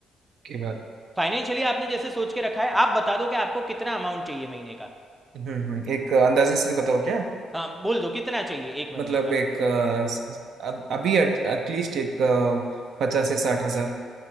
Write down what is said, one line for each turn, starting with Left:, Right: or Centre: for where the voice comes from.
Right: की बात
Centre: फाइनेंशियली आपने जैसे सोच के रखा है आप बता दो कि आपको कितना अमाउंट चाहिए महीने का
Right: हम्म हम्म एक अंदाजे से बताओ क्या
Centre: हाँ बोल दो कितना चाहिए एक महीने
Right: मतलब
Centre: का
Right: एक अ, स- अब अभी एटलीस्ट एक पचास से साठ हजार